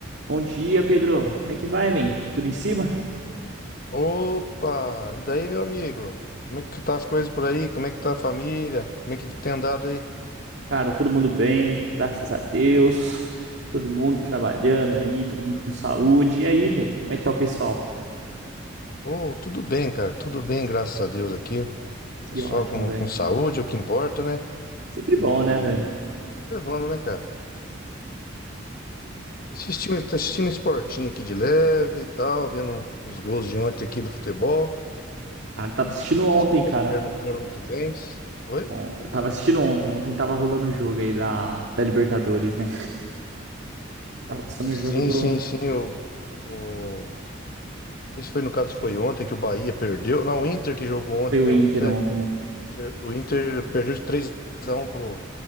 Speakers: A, on the right; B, on the left.
A: Bom dia, Pedro. Como é que vai, man? Tudo em cima?
B: Opa! E daí, meu amigo? Como é que tá as coisas por aí? Como é que tá a família? Como é que tem andado aí?
A: Cara, todo mundo bem, graças a Deus. Todo mundo trabalhando aí, todo mundo com saúde. E aí, velho? Como é que tá o pessoal?
B: Oh, tudo bem, cara. Tudo bem, graças a Deus aqui.
A: Que
B: Pessoal
A: ótimo,
B: com,
A: velho.
B: com saúde, é o que importa, né?
A: Sempre
B: E
A: bom, né, velho?
B: levando, né, cara? Assistindo, tá assistindo esportinho aqui de leve e tal, vendo os gols de ontem aqui do futebol.
A: Cara, eu tava assistindo ontem,
B: Sim, brasileiro
A: cara.
B: não foram muito bem. Oi?
A: Bom, eu tava assistindo ontem. Ontem tava rolando o jogo aí da, da Libertadores, né? Tava passando
B: Sim,
A: o jogo do.
B: sim, sim. O, o... Não sei se foi no caso foi ontem que o Bahia perdeu. Não, o Inter que jogou ontem,
A: Foi o
B: né?
A: Inter
B: O Inter.
A: ontem, né?
B: Inter- O Inter perdeu de três a um pro,